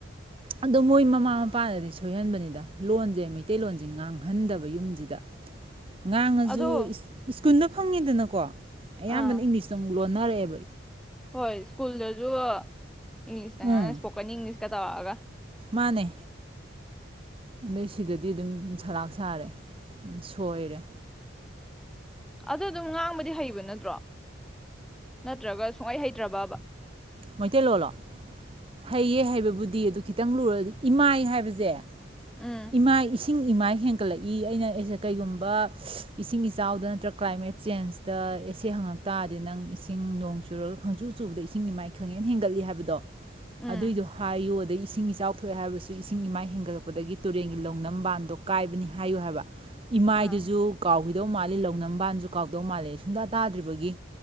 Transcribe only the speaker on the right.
ꯑꯗꯣ ꯃꯣꯏ ꯃꯃꯥ ꯃꯄꯥꯗꯗꯤ ꯁꯣꯏꯍꯟꯕꯅꯤꯗ ꯂꯣꯟꯁꯦ ꯃꯩꯇꯩꯂꯣꯟꯁꯦ ꯉꯥꯡꯍꯟꯗꯕ ꯌꯨꯝꯁꯤꯗ ꯉꯥꯡꯉꯁꯨ
ꯇꯨꯟꯗ ꯐꯪꯉꯤꯗꯅꯀꯣ ꯑꯌꯥꯝꯕꯅ
ꯏꯪꯂꯤꯁꯇ ꯑꯃꯨꯛ ꯂꯣꯏ ꯆꯔꯦꯕ
ꯎꯝ
ꯃꯥꯅꯦ ꯑꯗꯩ ꯁꯤꯗꯗꯤ ꯑꯗꯨꯝ ꯁꯂꯥꯛ ꯁꯥꯔꯦ ꯁꯣꯏꯔꯦ
ꯃꯩꯇꯩ ꯂꯣꯜꯂꯣ ꯍꯩꯌꯦ ꯍꯩꯕꯕꯨꯗꯤ ꯗꯤ ꯑꯗꯨ ꯈꯤꯇꯪ ꯂꯨꯔꯗꯤ ꯏꯃꯥꯏ ꯍꯥꯏꯕꯁꯦ
ꯏꯃꯥꯏ ꯏꯁꯤꯡ ꯏꯁꯤꯡ ꯏꯃꯥꯏ ꯍꯦꯟꯒꯠꯂꯛꯏ ꯑꯩꯅ ꯀꯩꯒꯨꯝꯕ ꯏꯁꯤꯡ ꯏꯆꯥꯎꯗ ꯅꯠꯇ꯭ꯔꯒ ꯀ꯭ꯂꯥꯏꯃꯦꯠ ꯆꯦꯟꯖꯇ ꯑꯦꯁꯦ ꯍꯪꯉꯛ ꯇꯥꯔꯗꯤ ꯅꯪ ꯏꯁꯤꯡ ꯅꯣꯡ ꯆꯨꯔꯒ ꯈꯪꯆꯨ ꯆꯨꯕꯗꯨ ꯏꯁꯤꯡ ꯏꯃꯥꯏ ꯈꯪꯍꯦꯟ ꯍꯦꯟꯒꯠꯂꯤ ꯍꯥꯏꯕꯗꯣ
ꯑꯗꯨꯏꯗꯣ ꯍꯥꯏꯌꯨ ꯑꯗꯗꯒꯤ ꯏꯁꯤꯡ ꯏꯆꯥꯎ ꯊꯣꯛꯑꯦ ꯍꯥꯏꯔꯕꯁꯨ ꯏꯁꯤꯡ ꯏꯃꯥꯏ ꯍꯦꯟꯒꯠꯂꯛꯄꯗꯒꯤ ꯇꯨꯔꯦꯟꯒꯤ ꯂꯧꯅꯝꯕꯥꯟꯗꯣ ꯀꯥꯏꯕꯅꯤ ꯍꯥꯏꯌꯨ ꯍꯥꯏꯕ ꯏꯃꯥꯏꯗꯨꯁꯨ
ꯀꯥꯎꯏ ꯀꯧꯗꯧ ꯃꯥꯜꯂꯤ ꯂꯧꯅꯝꯕꯥꯟꯁꯨ ꯀꯥꯎꯗꯧ ꯃꯥꯂꯦ ꯁꯨꯡꯇꯥ ꯇꯥꯗ꯭ꯔꯤꯕꯒꯤ